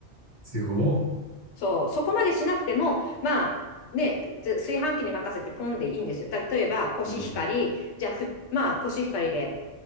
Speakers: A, on the right; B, on the left.
A: すごっ。
B: そう、そこまでしなくても、まあ、ね、ず炊飯器に任せてポンでいいんですよ。た例えば、コシヒカリ、
A: うん。
B: じゃあ、ふ、まあ、コシヒカリで、